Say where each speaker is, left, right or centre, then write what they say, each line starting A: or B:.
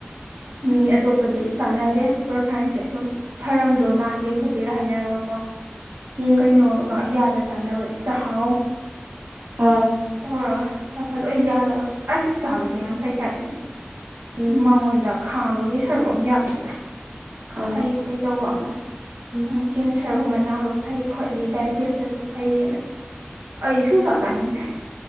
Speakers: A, on the right; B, on the right.
A: ꯃꯤ ꯑꯇꯣꯞꯄꯗꯤ ꯆꯥꯟꯅꯗꯦ ꯁꯨꯄꯔ ꯐꯥꯏꯟꯁꯦ ꯁꯨꯝ ꯐꯔꯝꯗꯣꯏ ꯃꯥꯟꯗꯦ ꯈꯣꯠꯇꯦꯒ ꯍꯥꯏꯅꯔꯒꯀꯣ
B: ꯎꯝ
A: ꯀꯩꯅꯣ ꯉꯍꯥꯛ ꯌꯥꯜꯂ ꯆꯥꯅꯕꯅꯦ ꯆꯥꯛꯍꯥꯎ
B: ꯑꯥ
A: ꯇꯧꯔꯒ ꯈꯔ ꯈꯔ ꯂꯣꯏ ꯌꯥꯜꯂꯒ ꯑꯩꯁꯤ ꯆꯥꯕꯁꯦ ꯌꯥꯝ ꯐꯩ ꯍꯥꯏꯕꯅꯤ
B: ꯎꯝ
A: ꯃꯉꯣꯟꯗ ꯈꯥꯕꯒꯤ ꯁꯔꯨꯛ ꯑꯃ ꯌꯥꯎꯏꯗꯅ
B: ꯑꯥ
A: ꯈꯥꯔꯤ ꯈꯥꯔꯤ ꯇꯧꯕ ꯑꯃ
B: ꯎꯝ
A: ꯀꯦꯟꯁꯔꯒꯨꯝꯕ ꯅꯥꯕ ꯐꯩ ꯈꯣꯠꯂꯤ ꯗꯥꯏꯕꯦꯇꯤꯁꯇꯁꯨ ꯐꯩꯌꯦꯅ ꯑꯩ ꯁꯨꯡꯆꯥ ꯆꯥꯅꯤꯡꯗꯦ